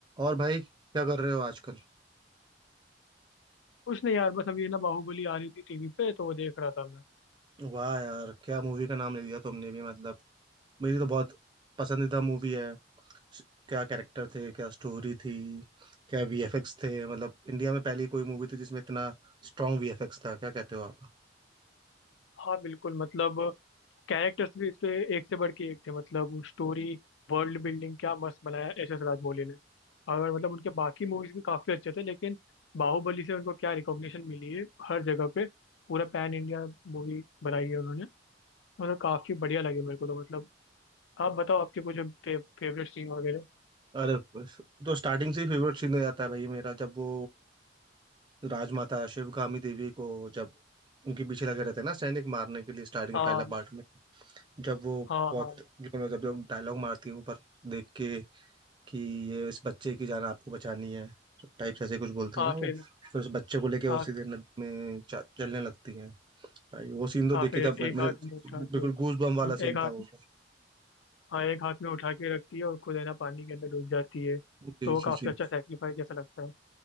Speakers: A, on the right (about 25°); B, on the left (about 85°).
A: और भाई क्या कर रहे हो आजकल
B: कुछ नहीं यार बस अभी ना बाहुबली आ रही थी टीवी पे तो वो देख रहा था मैं
A: वाह यार क्या मूवी का नाम ले लिया तुमने भी मतलब मेरी तो बहुत पसंदीदा मूवी है स- क्या कैरेक्टर थे क्या स्टोरी थी क्या वीएफएक्स थे मतलब इंडिया में पहली कोई मूवी थी जिसमें इतना स्ट्रांग वीएफएक्स था क्या कहते हो आप
B: हाँ बिल्कुल मतलब कैरेक्टर्स भी इसके एक से बढ़ के एक थे मतलब स्टोरी वर्ल्ड बिल्डिंग क्या मस्त बनाया एस एस राजमौली ने अगर मतलब उनके बाकी मूवीज भी काफी अच्छे थे लेकिन बाहुबली से उनको क्या रिकॉग्निशन मिली है हर जगह पे पूरा पैन इंडिया मूवी बनाई है उन्होंने मतलब काफी बढ़िया लगी मेरे को तो मतलब आप बताओ आपके कुछ फे, फेवरेट सीन वगैरह
A: अरे बस, तो स्टार्टिंग से ही फेवरेट सीन हो जाता है भाई मेरा जब वो राजमाता शिवगामी देवी को जब उनके पीछे लगे रहते हैं ना सैनिक मारने के लिए स्टार्टिंग
B: हाँ
A: पहला पार्ट में जब वो
B: हाँ
A: बहुत
B: हाँ
A: जब जब डायलॉग मारती है ऊपर देख के कि ये इस बच्चे की जान आपको बचानी है टाइप से ऐसे कुछ बोलती
B: हाँ
A: है ना वो
B: फिर
A: फिर उस बच्चे को लेके
B: हाँ
A: वो सीधे नदी में च- चलने लगती है भाई वो सीन तो
B: हाँ
A: देखे
B: फिर
A: जब मैंने
B: एक हाथ में उठा
A: बिल्कुल
B: के
A: गूज बम वाला सीन
B: एक हाथ
A: था वो
B: हाँ एक हाथ में उठा के रखती है और खुद है ना पानी के अंदर डूब जाती है
A: जी
B: तो वो
A: जी
B: काफी
A: जी
B: अच्छा सेक्रीफाइस जैसा लगता है